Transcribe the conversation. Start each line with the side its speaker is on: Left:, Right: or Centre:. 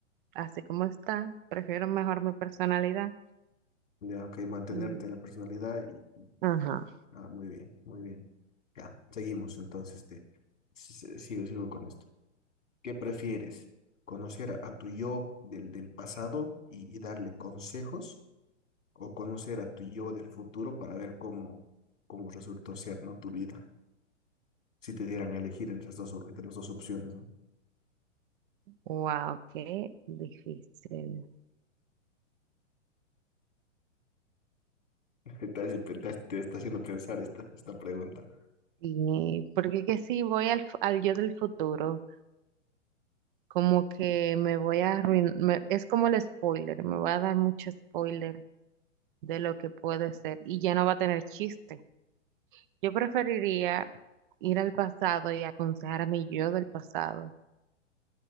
Right: así como está, prefiero mejor mi personalidad.
Left: Ya, ok, mantenerte
Right: Y,
Left: la personalidad y...
Right: ajá.
Left: Ah, muy bien, muy bien. Ya, seguimos entonces. Te, si- si- sigo, sigo con esto. ¿Qué prefieres? ¿Conocer a, a tu yo del, del pasado y, y darle consejos? ¿O conocer a tu yo del futuro para ver cómo, cómo resultó ser, ¿no? Tu vida. Si te dieran a elegir entre las dos, entre las dos opciones, ¿no?
Right: Wow, qué difícil.
Left: <laughs> Te, hace- te, te está haciendo pensar esta, esta pregunta.
Right: Y porque que si voy al, fu- al yo del futuro, como que me voy a arruinar, es como el spoiler, me va a dar mucho spoiler de lo que puede ser y ya no va a tener chiste. Yo preferiría ir al pasado y aconsejar a mi yo del pasado